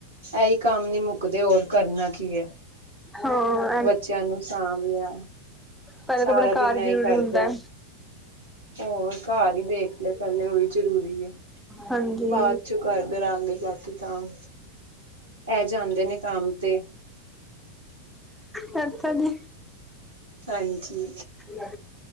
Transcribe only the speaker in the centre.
ਹਾਂ!
ਪਹਿਲੇ
ਤੇ ਆਪਣਾ ਘਰ
ਹੀ
ਜਰੂਰੀ
ਹੁੰਦਾ।
ਹਾਂਜੀ
ਵਰਤਾਂਗੀ
<inaudible>